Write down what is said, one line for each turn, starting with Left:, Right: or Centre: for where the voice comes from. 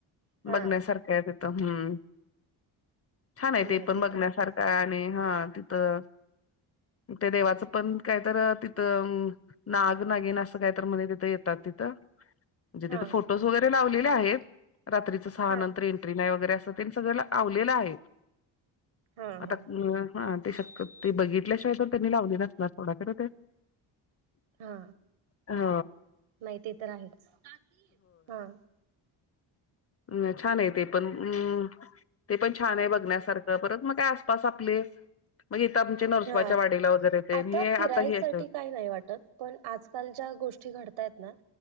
Right: हा
Left: बघण्यासारखं य तिथं हम छान आहे ते
Right: नाही
Left: पण बघण्यासारखं
Right: तर आहेच
Left: आणि हा तिथं ते देवाचं पण काहीत तिथं नाग नागीन असं काहीत म्हणे तिथं येतात तिथं म्हणजे
Right: हा
Left: तिथं फोटोज वगैरे लावलेले आहेत रात्रीच सहा
Right: हा
Left: नंतर एंट्री नाही वगैरे अस. त्यांनी सगळ लावलेलं आहे
Right: हा
Left: आता
Right: हा
Left: अ हा ते शक्य ते बघितल्याशिवाय पण त्यांनी लावली ना ना थोडाक ते
Right: हा
Left: ह
Right: नाही ते तर आहेच हा.
Left: अम छान आहे ते पण अम् ते पण छान आहे बघण्यासारखं परत मग काय आसपास आपले मग इथ आमच्या नरसोबाच्या
Right: हा
Left: वाडीला वगैरे. तेन
Right: आता,
Left: हे
Right: फिरायसाठी
Left: हे अस
Right: काही नाही वाटत, पण आजकाल ज्या गोष्टी घडतायत ना,